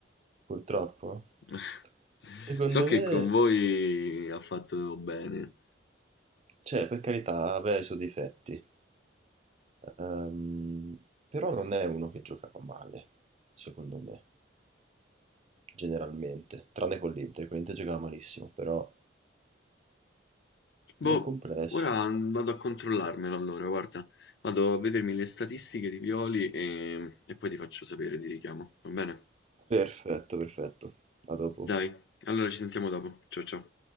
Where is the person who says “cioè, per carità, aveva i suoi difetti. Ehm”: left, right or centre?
Right